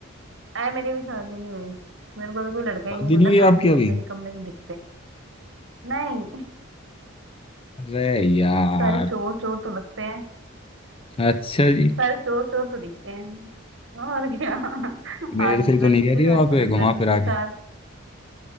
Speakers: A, on the right (about 60°); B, on the left (about 25°).
A: अरे मेरी भी शादी नहीं हुई मेरे को अभी कोई लड़का ही
B: शादी
A: नहीं मिल
B: नहीं
A: रहा
B: हुई
A: सारे
B: आपकी
A: निकम्मे
B: अभी
A: निकम्मे तो दिखते हैं नहीं
B: अरे यार
A: <laughs> सारे चोर चोर तो लगते हैं
B: अच्छा जी
A: सारे चोर चोर तो दिखते हैं और क्या <laughs>
B: मेरे
A: आज
B: से
A: इस
B: तो
A: लड़की
B: नहीं कह
A: के
B: रही
A: साथ
B: हो आप
A: कल
B: ये
A: उस
B: घुमा
A: लड़की के
B: फिरा
A: साथ
B: के